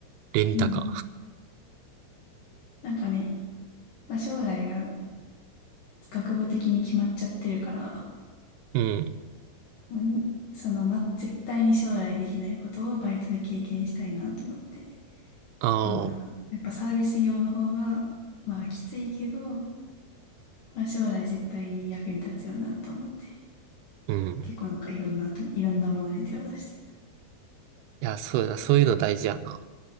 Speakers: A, on the right; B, on the left.
A: レンタカ
B: うん。なんかね、まあ、将来が学部的に決まっちゃってるから、
A: ー。うん。
B: もうその、ま、絶対に将来できないことをバイトで経験したいなと思って。
A: ああ、
B: と、なんか、やっぱサービス業の方が、まあ、きついけど、まあ、将来絶対に役に立つよなと思って、
A: うん。
B: 結構なんかいろんなと、いろんなものに手を出してきた。
A: いや、そうやな。そういうの大事やな。